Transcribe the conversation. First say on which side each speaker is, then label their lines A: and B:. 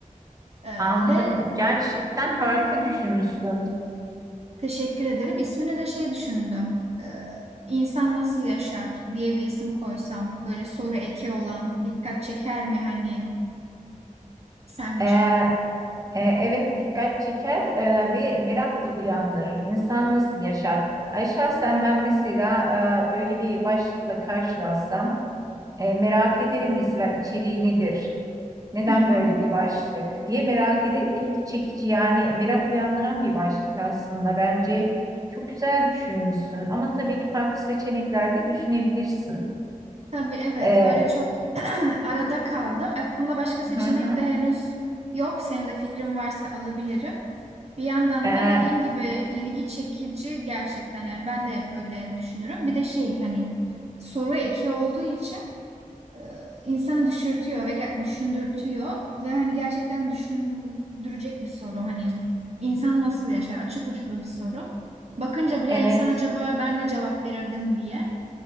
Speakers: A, on the right; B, on the right.
A: E,
B: anladım.
A: ve
B: Gerçekten harika düşünmüşsün.
A: teşekkür ederim. İsmine de şey düşündüm. E, İnsan nasıl yaşar diye bir isim koysam. Böyle soru eki olan dikkat çeker mi hani sence?
B: Ee, e, evet dikkat çeker e, ve merak da uyandırır. İnsan nasıl yaşar? Ay şahsen ben mesela e, öyle bir başlıkla karşılaşsam. E, merak ederim mesela içeriği nedir? Neden
A: Hı hı.
B: böyle bir başlık diye merak ederim. İlgi çekici yani merak uyandıran bir başlık aslında. Bence çok güzel düşünmüşsün ama tabii ki farklı seçenekler de düşünebilirsin.
A: Tabii evet
B: E,
A: böyle çok <clears throat> arada kaldım. E, Bunda başka seçenek
B: hı hı.
A: de henüz yok. Senin de fikrin varsa alabilirim. Bir yandan
B: E,
A: da dediğin gibi ilgi çekici gerçekten yani ben de hep öyle düşünürüm. Bir de şey hani soru eki olduğu için e, insanı düşürtüyor ve ge- düşündürtüyor ve hani gerçekten düşündürecek bir soru hani insan nasıl yaşar açık uçlu bir soru. Bakınca bile
B: evet.
A: insan acaba ben ne cevap verirdim diye